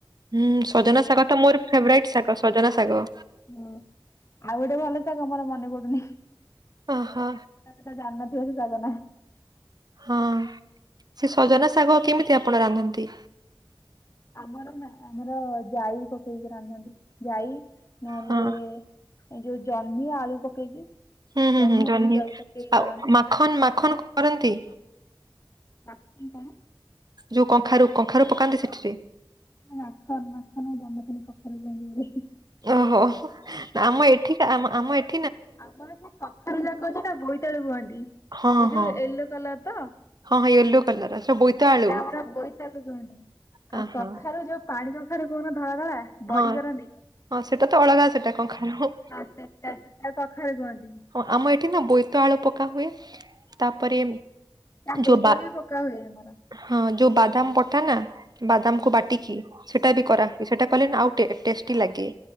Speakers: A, on the right (about 50°); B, on the left (about 35°).
A: ହୁଁ ସଜନା ଶାଗଟା ମୋର ଫେବରାଇଟ ଶାଗ ସଜନା ଶାଗ।
B: ହୁଁ ଆଉ ଗୋଟେ ଭଲ ଶାଗ ମୋର ମନେ ପଡୁନି।
A: ଅହା।
B: ତମ ତ ଜାନ୍ ନଥିବ ସେ ଶାଗ ନାଁ।
A: ହଁ ସେ ସଜନା ଶାଗ କେମିତି ଆପଣ ରାନ୍ଧନ୍ତି?
B: ଆମର ନା ଆମର ଜାଇ ପକେଇକି ରାନ୍ଧନ୍ତି। ଯାଇ ନହେଲେ
A: ହଁ
B: ଏଇ ଯୋଉ ଜହ୍ନି ଆଳୁ ପକେଇକି
A: ହୁଁ ହୁଁ
B: ଜହ୍ନି
A: ହୁଁ ଜହ୍ନ
B: ଆଳୁ ଜଇ ପକେଇକି କରନ୍ତି।
A: ଆଉ ମାଖନ ମାଖନ କରନ୍ତି।
B: ମାଖନ କଣ?
A: ଯୋଉ କଙ୍ଖାରୁ କଙ୍ଖାରୁ ପକାନ୍ତି ସେଠିରେ।
B: ଆଖନ ନାଖନ ମୁଁ ଜାଣିନଥିଲି ପ୍ରଥମେ ଜାଣିଲି।
A: ଓହୋ ଆମ ଏଠିକା ଆମ ଏଠ
B: ଆଉମର ସେଇ କଖାରୁ ଯାକୁ କହନ୍ତି ତାକୁ ବୋଇତାଳୁ କୁହନ୍ତି।
A: ହଁ
B: ଏଇ ଯୋଉ
A: ହଁ
B: ୟେଲୋ କଲର ତ।
A: ହଁ ହଁ ୟେଲୋ କଲର ସେ ବୋଇତ ଆଳୁ
B: ସେଟା ଆମର ବୋଇତାଲୁ କୁହନ
A: ହଁ
B: ଆଉ
A: ହଁ
B: କଖାରୁ ଯୋଉ ପାଣି କଖାରୁ କହୁନ ଧଳା ଧଳା ବଡି
A: ହଁ ହଁ
B: କରନ୍ତି।
A: ସେଟା ତ ଅଲଗା ସେଟା କଖାରୁ।
B: ଆଉ ସେତ ସେ କଖାରୁ କୁହନ୍ତି।
A: ହଁ ଆମ ଏଠି ନା ବୋଇତାଳୁ ପକା ହୁଏ। ତାପରେ
B: ତା ବୋଇତାଳୁ
A: ଯୋଉ ବା
B: ବି ପକା ହୁଏ ଆମର।
A: ହଁ ଯୋଉ ବାଦାମ ବଟା ନା ବାଦାମକୁୁ ବାଟିକି ସେଟା ବି କରା ହୁଏ ସେଟା କଲେ ନା ଆଉ ଟେଷ୍ଟି ଲାଗେ।